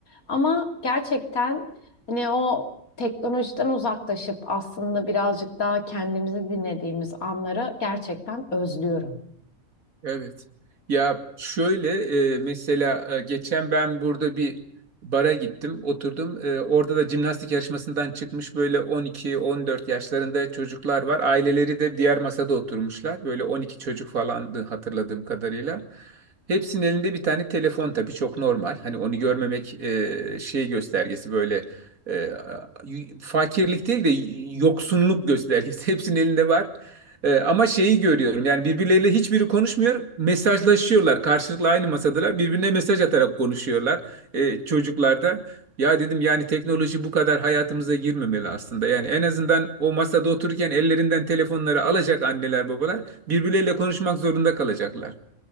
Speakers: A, on the left (about 75°); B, on the right (about 70°).
A: Ama gerçekten hani o teknolojiden uzaklaşıp aslında birazcık daha kendimizi dinlediğimiz anları gerçekten özlüyorum.
B: Evet. Ya şöyle e, mesela e, geçen ben burada bir bara gittim, oturdum. E, orada da jimnastik yarışmasından çıkmış böyle 12-14 yaşlarında çocuklar var. Aileleri de diğer masada oturmuşlar. Böyle 12 çocuk falandı hatırladığım kadarıyla. Hepsinin elinde bir tane telefon tabii çok normal. Hani onu görmemek e, şey göstergesi böyle e, fakirlik değil de yoksunluk göstergesi. <laughs> Hepsinin elinde var. Ee, ama şeyi görüyorum yani birbirleriyle hiçbiri konuşmuyor mesajlaşıyorlar karşılıklı aynı masadalar birbirine mesaj atarak konuşuyorlar e, çocuklar da. Ya dedim yani teknoloji bu kadar hayatımıza girmemeli aslında yani en azından o masada otururken ellerinden telefonları alacak anneler babalar birbirleriyle konuşmak zorunda kalacaklar